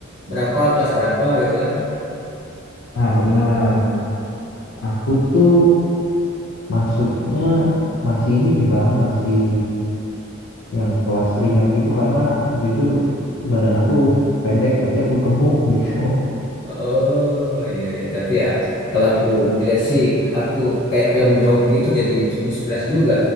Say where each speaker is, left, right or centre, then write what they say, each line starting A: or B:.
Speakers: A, on the left; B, on the left.
A: berapa kelas berapa gitu kan
B: ah bener aku tuh masuknya masih ini sih bang masih yang kelas ringan gitu karena jujur badan aku pendek tapi aku gemuk gitu
A: Oh iya ya, tapi ya kalau aku lihat sih aku kayak film The Rocky itu jadi inspirasi juga.